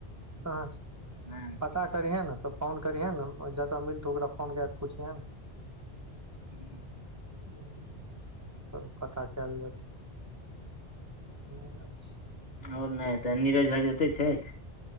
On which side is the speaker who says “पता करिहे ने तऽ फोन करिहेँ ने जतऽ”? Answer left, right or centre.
Right